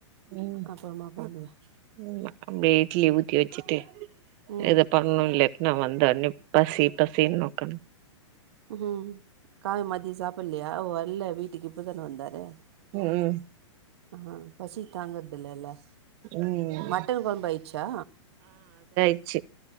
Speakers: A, on the right; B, on the right.
A: ம்
B: அப்புறமா பண்ணுவேன்
A: அப்டியே இட்லி ஊத்தி வச்சுட்டு
B: ம்
A: இத பண்ணு இல்லாட்னா வந்தடன்ன பசி பசின்னு <unintelligible>
B: ம் கால மதிய சாப்படலையா அவ அல்ல வீட்டுக்கு இப்பதானே வந்தாரு
A: ம்
B: ஆ பசி தாங்கறதுலல்ல
A: ம்
B: மட்டன் கொழம்பு ஆயிச்சா
A: ஆச்சு